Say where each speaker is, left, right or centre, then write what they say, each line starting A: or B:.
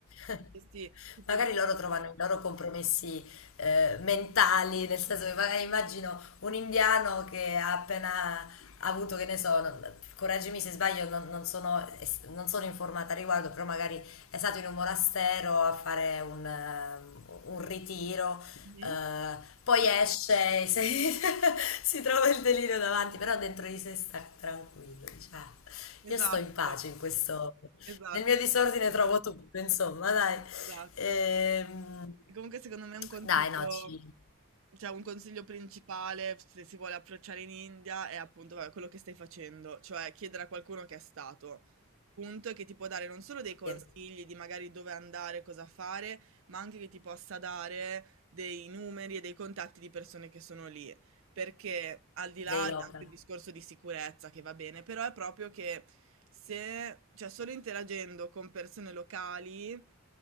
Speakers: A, on the left; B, on the right.
A: <laughs>
B: Sì, sì, ti
A: magari
B: permette-
A: loro trovano i loro compromessi eh, mentali, nel senso che magari immagino un indiano che ha appena avuto, che ne so, non- correggimi se sbaglio, non, non sono, es- non sono informata al riguardo, però magari è stato in un monastero a fare un, eh, un ritiro,
B: Mhm.
A: eh, poi esce e si, <laughs> si trova il delirio davanti, però dentro di sé sta tranquillo, dice, "Ah,
B: Esatto,
A: io sto in pace in questo.
B: esatto,
A: Nel mio disordine
B: esatto,
A: trovo tutto, insomma, dai.
B: esatto.
A: Ehm,
B: E Comunque secondo me un consiglio,
A: dai, no, ci,
B: cioè un consiglio principale se si vuole approcciare in India è appunto vabbè, quello che stai facendo, cioè chiedere a qualcuno che è stato, punto, e che ti può dare non solo dei consigli
A: sì,
B: di magari dove andare, cosa fare, ma anche che ti possa dare dei numeri e dei contatti di persone che sono lì. Perché al di là
A: dei
B: anche
A: local,
B: il discorso di sicurezza che va bene, però è proprio che se, cioè solo interagendo con persone locali